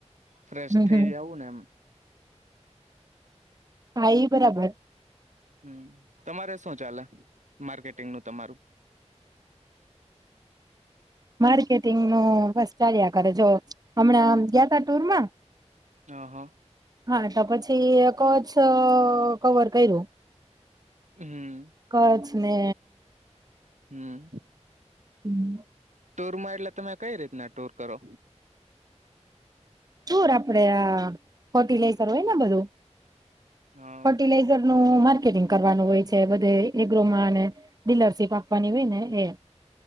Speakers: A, on the right (about 85°); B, on the right (about 30°).
A: ફ્રેશ
B: હમ
A: થઈ
B: હમ
A: જાવું ને એમ.
B: હા ઈ બરાબર,
A: હમ તમારે શું ચાલે? માર્કેટિંગ નું તમારું?
B: માર્કેટિંગ નું બસ ચાલ્યા કરે જો, હમણાં ગયાતા ટુરમાં
A: હ હા,
B: હા તો પછી કચ્છ કવર કર્યું.
A: હમ
B: કચ્છ ને
A: હમમ
B: હમ <inaudible>
A: ટૂર માં એટલે, તમે કઈ રીતના ટૂર કરો?
B: ટુર આપડે આ ફર્ટિલાઈઝર હોય ને બધું
A: હા
B: ફર્ટિલાઈઝર ન માર્કેટિંગ કરવાનું હોય છે. બધે એગ્રોમાં અને ડીલરશીપ આપવાની હોય ને એ.